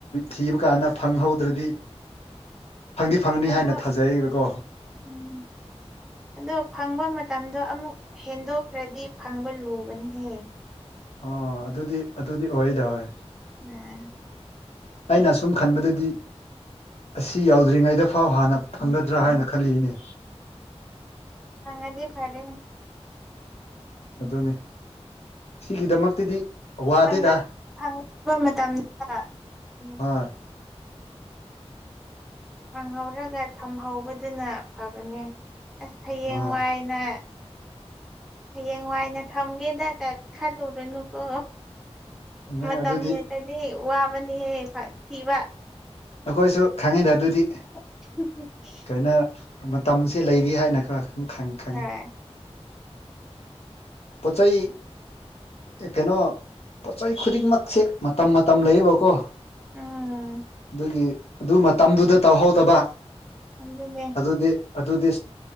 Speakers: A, on the left; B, in the centre.
A: ꯊꯤꯕ ꯀꯥꯟꯗ ꯐꯪꯍꯧꯗ꯭ꯔꯗꯤ <unintelligible> ꯐꯪꯗꯤ ꯐꯪꯅꯤ
B: ꯐꯪꯍꯧ
A: ꯍꯥꯏꯅ ꯊꯥꯖꯩꯕꯀꯣ
B: ꯎꯝ ꯑꯗꯣ ꯐꯪꯕ ꯃꯇꯝꯗꯣ ꯑꯃꯨꯛ ꯍꯦꯟꯗꯣꯛꯈ꯭ꯔꯗꯤ ꯐꯪꯕ ꯂꯨꯕꯅꯤꯍꯦ
A: ꯑꯥ ꯑꯗꯨꯗꯤ ꯑꯗꯨꯗꯤ ꯑꯣꯏꯗꯥꯑꯣꯏ
B: ꯎꯝ
A: ꯑꯩꯅ ꯑꯁꯨꯝ ꯈꯟꯕꯗꯗꯤ ꯑꯁꯤ ꯌꯥꯎꯗ꯭ꯔꯤꯉꯩꯗ ꯐꯥꯎ ꯍꯥꯟꯅ ꯐꯪꯒꯗ꯭ꯔꯥ ꯍꯥꯏꯅ ꯈꯜꯂꯤꯅꯦ
B: ꯑꯉꯗꯤꯦ ꯐꯔꯦꯅꯤ
A: ꯑꯗꯨꯅꯦ ꯁꯤꯒꯤꯗꯃꯛꯇꯗꯤ ꯋꯥꯗꯦꯗ
B: ꯐꯪꯕ ꯃꯇꯝꯗ ꯎꯝ
A: ꯑ
B: ꯐꯪꯍꯧꯔꯒ ꯊꯝꯍꯧꯕꯗꯨꯅ ꯐꯕꯅꯦ ꯑꯁ ꯍꯌꯦꯡ
A: ꯑꯥ
B: ꯋꯥꯏꯅ ꯍꯌꯦꯡ ꯋꯥꯏꯅ ꯊꯝꯒꯦꯗꯒ ꯈꯜꯂꯨꯔꯨꯅꯨꯀꯣ
A: ꯅꯦ
B: ꯃꯇꯝ
A: ꯑꯗꯨꯗꯤ
B: ꯍꯦꯛꯇꯗꯤ ꯋꯥꯕꯅꯤꯍꯦ ꯊꯤꯕ
A: ꯑꯩꯈꯣꯏꯁꯨ ꯈꯪꯉꯤꯗ ꯑꯗꯨꯗꯤ
B: <unintelligible>
A: ꯀꯩꯅꯣ ꯃꯇꯝꯁꯦ ꯂꯩꯔꯤ ꯍꯥꯏꯅꯒ ꯈꯪꯉꯤ
B: ꯍꯣꯏ
A: ꯄꯣꯆꯩ ꯑꯦ ꯀꯩꯅꯣ ꯄꯣꯠꯆꯩ ꯈꯨꯗꯤꯡꯃꯛꯁꯦ ꯃꯇꯝ ꯃꯇꯝ ꯂꯩꯌꯦꯕꯀꯣ
B: ꯎꯝ
A: ꯑꯩꯈꯣꯏꯒꯤ ꯑꯗꯨ ꯃꯇꯝꯗꯨꯗ ꯇꯧꯍꯧꯗꯕ
B: ꯑꯗꯨꯗꯅꯦ
A: ꯑꯗꯨꯗꯤ ꯑꯗꯨꯗꯤ